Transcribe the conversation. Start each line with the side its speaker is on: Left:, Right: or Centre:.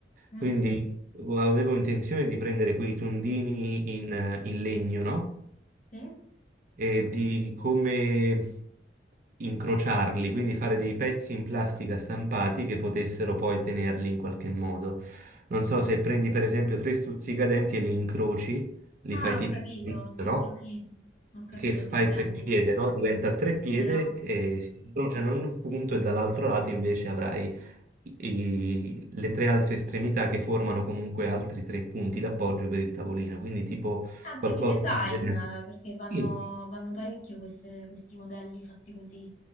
Left: Mm,
Right: Quindi vo- avevo intenzione di prendere quei tondini in, eh, in legno, no?
Left: Sì?
Right: E di come incrociarli, quindi fare dei pezzi in plastica stampati che potessero poi tenerli in qualche modo. Non so se prendi per esempio tre stuzzicadenti e li incroci, li
Left: Ah,
Right: fai tipo,
Left: ho capito. Sì,
Right: no?
Left: sì, sì. Ho capito
Right: che fai
Left: che intendi.
Right: tre piede, no? Diventa tre piede
Left: Come no?
Right: e si incrociano in un punto e dall'altro lato invece avrai i- i- le tre altre estremità che formano comunque altri tre punti d'appoggio per il tavolino, quindi tipo
Left: Anche
Right: qualcosa
Left: di design,
Right: del genere.
Left: eh, perché vanno,
Right: Sì,
Left: vanno parecchio queste- questi modelli fatti così.